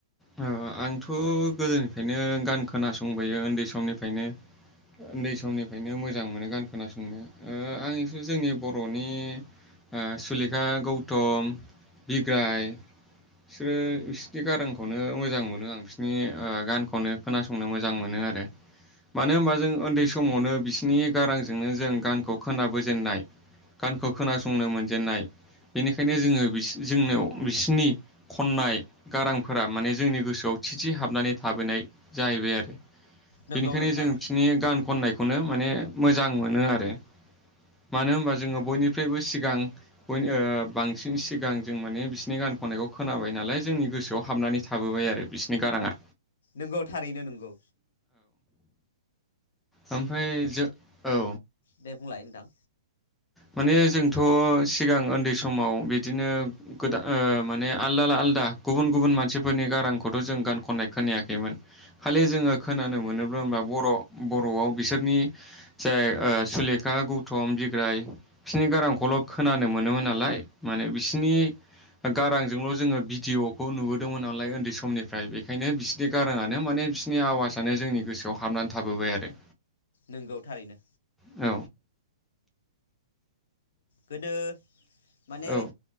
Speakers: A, in the centre; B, on the left.
A: ओ ओ आंथ' गोदोनिफ्रायनो गान खोनासंबोयो उन्दै समनिफायनो उन्दै समनिफायनो मोजां मोनो गान खोनासंनो आं एसे जोंनि बर'नि ओ सुलेखा गौतम बिग्राय बिसोरो बिसोरनि गारां खौनो मोजां मोनो आं बिसोरनि गान खौनो खोनासंनो मोजां मोनो आरो। मानो होनबा जों उन्दै समावनो बिसोनि गारांजोंनो जों गानखौ खोनाबोजेननाय गानखौ खोनासंनो मोनजेननाय बेनिखायनो जोंङो बिसो जोंनाव बिसोनि खननाय गारां फोरा माने जोंनि गोसोआव थि थि हाबनानै थाबोनाय जाहैबाय आरो
B: नंगौ
A: बेनिखायनो
B: नोंथां
A: जों बिसोनि गान खननायखौनो माने मोजां मोनो आरो मानो होनबा जोंङो बयनिफ्रायबो सिगां बयनि ओ बांसिन सिगां जों माने बिसोनि गान खननायखौ खोनाबाय नालाय जोंनि गोसोआव हाबनानै थाबोबाय आरो बिसोनि गारांङा
B: नोंगौ थारैनो नोंगौ
A: ओमफाय जो औ
B: दे बुंलाय नोंथां
A: माने जोंथ' सिगां उन्दै समाव बिदिनो गोदा ओ माने आलदा आलदा गुबुन गुबुन मानसिफोरनि गारांखौथ' जों गान खननाय खोनायाखैमोन खालि जोंङो खोनानो मोनोबा होनबा बर' बर'आव बिसोरनि जाय सुलेखा गौथम बिग्राय बिसोनि गारांखौल' खोनानो मोनोमोन नालाय माने बिसोनि गारांजोंल' जोंङो भिडिय'खौ नुबोदोंमोन नालाय उन्दै समनिफ्राय बेखायनो बिसोनि गारांङानो माने बिसोनि आवाजानो जोंनि गोसोआव हाबनानै थाबोबाय आरो
B: नोंगौ थारैनो
A: औ
B: गोदो माने
A: औ